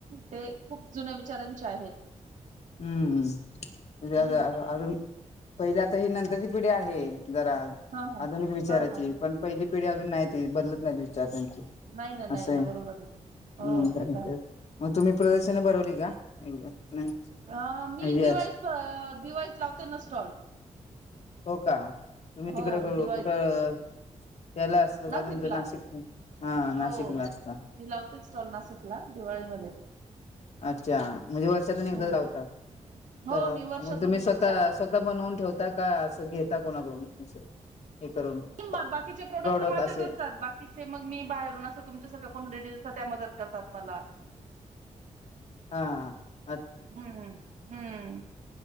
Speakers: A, on the right; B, on the left.
A: ते खूप जुन्या विचारांचे आहेत.
B: हम्म, अ
A: हा
B: आता पहिल्या आता ही नंतरची पिढी आहे जरा
A: हा हा
B: आधुनिक विचाराची,
A: हा हा हा
B: पण पहिली पिढी अजून नाही ती बदलत नाहीत विचार त्यां
A: नाही ना नाही
B: असं
A: ना
B: आहे,
A: बरोबर हो
B: मग
A: ते तर आहे.
B: मग तुम्ही प्रदर्शनं भरवली का? एकदा नाही.
A: अ मी दिवाळीत
B: यस
A: अ दिवाळीत लावते ना स्टॉल.
B: हो का तुम्ही
A: हो,
B: तिकडे
A: मी दिवाळीत
B: कुठं त्याला असतो का,
A: नाशिकला.
B: तुमचं नाशिक हा नाशिकला
A: हो.
B: असतं.
A: मी लावते स्टॉल नाशिकला दिवाळीमध्ये.
B: अच्छा, म्हणजे वर्षातून एकदाच
A: हं.
B: लावता.
A: हो,
B: तर
A: मी वर्षातून
B: मग तुम्ही
A: एकचदा
B: स्वतः
A: लावते.
B: स्वतः बनवून ठेवता का, असं घेता कोणाकडून? असं. हे करून
A: म बाकीचे प्रोडक्ट
B: प्रॉडक्ट
A: तर माझेच
B: असे
A: असतात, बाकीचे मग मी बाहेरून असं तुमच्या सगळ्या कोणा लेडीज असतात त्या मदत करतात मला.
B: <inaudible> हा हा
A: हम्म हम्म,